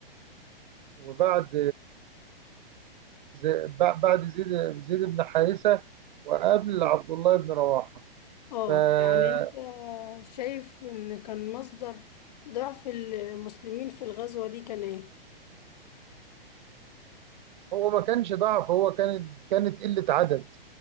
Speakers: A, on the right; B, on the left.
A: وبعد زي... بعد زيد زيد بن حارثة وقبل عبد الله بن رواحة
B: اه
A: فهو
B: يعني انت شايف ان كان مصدر ضعف المسلمين في الغزوة دي كان ايه؟
A: ما كانش ضعف هو كانت كانت قلة عدد